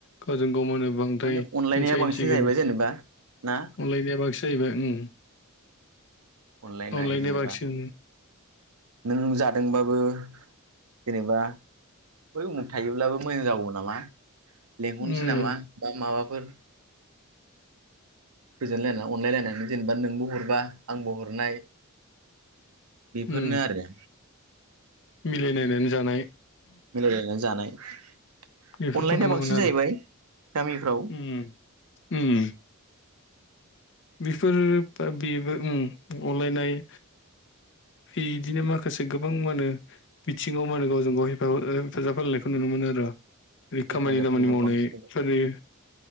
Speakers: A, on the left; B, on the right.
A: गावजों गाव मो बांद्राय
B: थारमाने अनलायनाया
A: हसासिगोन
B: बांसिन जाहैबाय
A: अनलायनाया
B: जेनेबा ना
A: बांसिन जायैबाय उम।
B: अनलायनाय
A: अनलायनाया
B: जेनेबा
A: बांसिन
B: नों जादोंबाबो जेनेबा बै उमुख थायोब्लाबो मोजां जागौ नामा। लेंंहरनोसै
A: उम
B: नामा बा माबाफोर गोजोनलायनानै अनलायलायनानै जेनेबा नोंबो हरबा आंबो हरनाय बेफोरनो
A: उम
B: आरो।
A: मिलायलायनानै जानाय
B: मिलायलायनानै जानाय अनलाायनाया
A: बेफोरखौ नुनो
B: बांसिन
A: मोनो आरो
B: जाहैबाय गामिफ्राव।
A: उम उम। बेफोर बेबो उम अनलायनाय इदिनो माखासे गोबां मा होनो बिथिङाव मान गावजों गाव हेफाजाब होलायनायखौ नुनो नुनोमोनो आरो। खामानि
B: हेफाजाब
A: दामानि
B: होनायाव
A: मावनाय
B: बांसिन
A: सोलियो